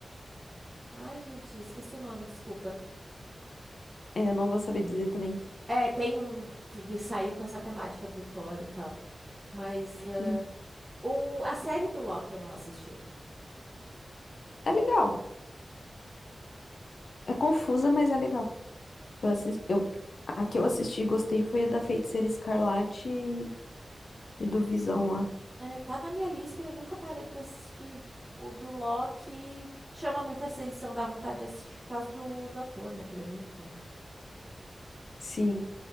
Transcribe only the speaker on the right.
Ai, gente, esqueci o nome, desculpa.
É, tem um que, que saiu com essa temática do Thor e tal. Mas ah,
o, a série do Loki eu não assisti.
É, tá na minha lista e eu nunca parei pra assistir. O do Loki chama muita atenção, dá vontade de assistir por causa do, do ator, né? Que ele é muito.